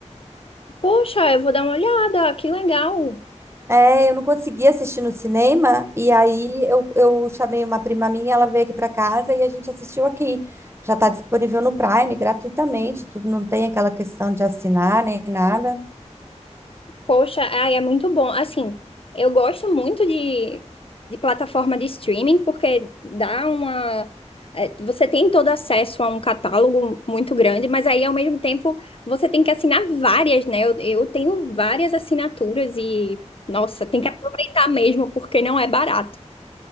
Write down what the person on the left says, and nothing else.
Poxa, eu vou dar uma olhada. Que legal.
Poxa, ai, é muito bom. Assim, eu gosto muito de, de plataforma de streaming porque dá uma. é, Você tem todo acesso a um catálogo muito grande, mas aí ao mesmo tempo você tem que assinar várias, né? Eu, eu tenho várias assinaturas e, nossa, tem que aproveitar mesmo porque não é barato.